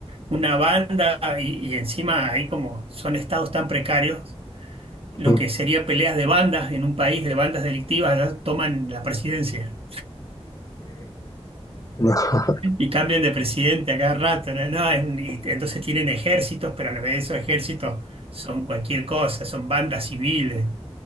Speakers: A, on the right; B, on the left.
A: una banda y, y encima ahí como son estados tan precarios,
B: Ok,
A: lo que sería peleas de bandas en un país de bandas delictivas, ya toman la presidencia
B: no, <laughs>
A: y cambian de presidente a cada rato, ¿no? No, es un- y entonces tienen ejércitos, pero a la vez esos ejércitos son cualquier cosa, son bandas civiles.